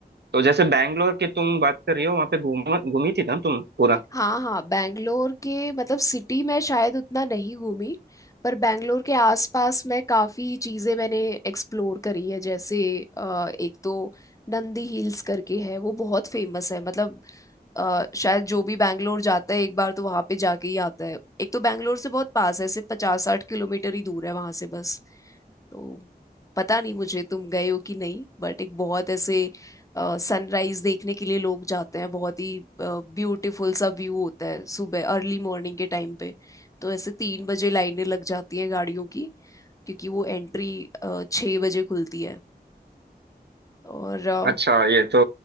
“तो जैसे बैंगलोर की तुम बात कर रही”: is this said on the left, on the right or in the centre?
Right